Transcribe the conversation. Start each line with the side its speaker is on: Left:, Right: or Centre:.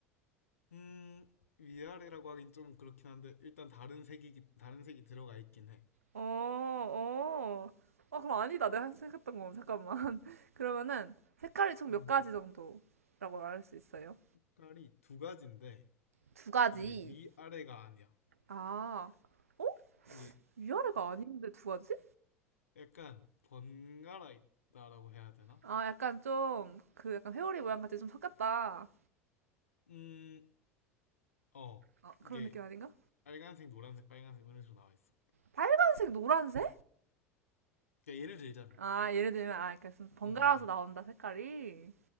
Left: 음, 위아래라고 하긴 좀 그렇긴 한데, 일단 다른 색이, 다른 색이 들어가 있긴 해.
Right: 어, 어. 아, 그럼 아니다. 내가 생각했던 건. 잠깐만. <laughs> 그러면은 색깔이 총
Left: 음.
Right: 몇 가지 정도라고 말할 수 있어요?
Left: 색깔이 두 가지인데
Right: 두 가지.
Left: 이게 위아래가 아니야.
Right: 아, 어?
Left: 이게
Right: 위아래가 아닌데 두 가지?
Left: 약간 번갈아 있다라고 해야 되나?
Right: 아, 약간 좀, 그 약간 회오리 모양 같이 좀 섞였다.
Left: 음, 어.
Right: 어,
Left: 이게
Right: 그런 느낌 아닌가?
Left: 빨간색, 노란색, 빨간색 이런 식으로 나와 있어.
Right: 빨간색, 노란색?
Left: 그러니까 예를 들자면
Right: 아, 예를 들면, 아, 이렇게 좀 번갈아서
Left: 음, 음,
Right: 나온다, 색깔이.